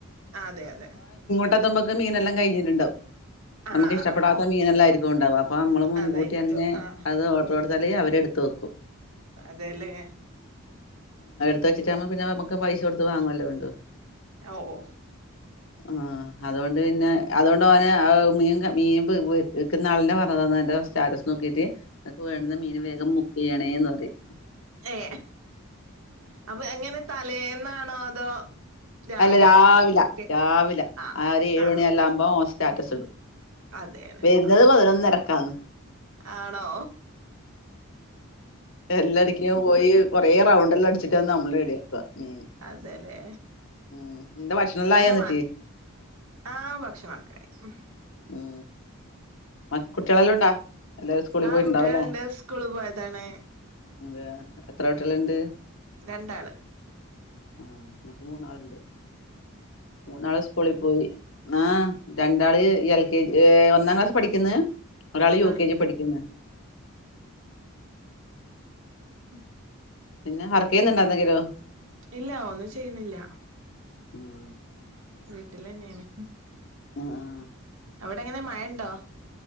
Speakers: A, on the right (about 85°); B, on the left (about 65°).
A: അതെ അതെ
B: പ്പത്തുമ്പൊക്ക മീനല്ലാം കഴഞ്ഞിട്ടുണ്ടാവും നമുക്ക്
A: ആഹ്
B: ഇഷ്ടപെടാത്ത മീനെല്ലായിരിക്കും ഉണ്ടാവ അപ്പൊ നമ്മള് മുൻകൂട്ടി
A: അതായിരിക്കും
B: തന്നെ
A: ആഹ്
B: അത് ഓർഡർ കൊടുത്താൽ അവര് എടുത്ത് വെക്കും
A: അതെല്ലേ
B: ത്ത് വച്ചിട്ടാ പ്പോപിന്നെ നമക്ക് പൈസ കൊടുത്ത് വാങ്ങുല്ലോ വേണ്ടൂ
A: ഓ ഓ
B: ആ അതുകൊണ്ട് പിന്നെ അതുകൊണ്ട് ഓന് മീൻ മീൻ വിക്കുന്ന ആളെന്നെ പറഞ്ഞ്തന്ന എന്റെ സ്റ്റാറ്റസ് നോക്കീട്ട് ഇങ്ങക്ക് വേണ്ടുന്ന മീൻ വേഗം ബുക്ക് ചെയ്യണേന്ന് പറിം
A: ഏ അപ്പൊ അങ്ങനെ തലേന്നാണോ അതോ രാവിലെ
B: അല്ല രാവില
A: ബുക്ക്
B: രാവിലെ
A: ആഹ്
B: ആ ഒരു ഏഴ
A: ആഹ്
B: മണില്ലാം ആകുമ്പോം സ്റ്റാറ്റസ് ഇടും
A: അതെല്ലേ
B: വരുന്നത്
A: ആഹ്
B: പതിനൊന്നരക്കാണ്
A: ആണോ
B: അതെ എല്ലട്ക്കും പോയി കൊറെേ റൗണ്ട് എല്ലാം അടിച്ചിട്ടന്ന് നമ്മള്ടുക്കുവ മീൻ
A: അതലെ
B: ഉം നിന്റെ ഭക്ഷണെല്ലാം
A: ങ്ങനെ
B: ആയോ എന്നിട്ട്
A: ആഹ <unintelligible> ഭഷണക്കാരം
B: ഉം മ കുട്ട്യളെല്ലുണ്ടാ എല്ലാരും സ്കൂളി
A: ആ
B: പോയ്ട്ട്ണ്ടാകും
A: കുട്ടികളുണ്ട്
B: ലെ
A: സ്കൂള് പോയതാണ്
B: അതെ എത്ര കുട്ടികൾ ഉണ്ട്?
A: രണ്ടാള്
B: ആ മൂന്നാള്ണ്ട് മൂന്നാള് സ്കൂളിൽ പോയി! ആഹ് രണ്ടാള് എൽ കെ ജി ഒന്നാം ക്ലാസി പഠിക്കുന്ന് ഒരാള് യു
A: ആ
B: കെ ജി പഠിക്കുന്ന്
A: ഉം
B: പിന്നെ വർക്കെയുന്നുണ്ടോ?
A: ഇല്ല ഒന്നു ചെയുന്നില്ല
B: ഉം
A: വീട്ടിലെന്നെണ്
B: ആഹ ആഹ
A: അവിടെങ്ങനെ മഴണ്ടോ?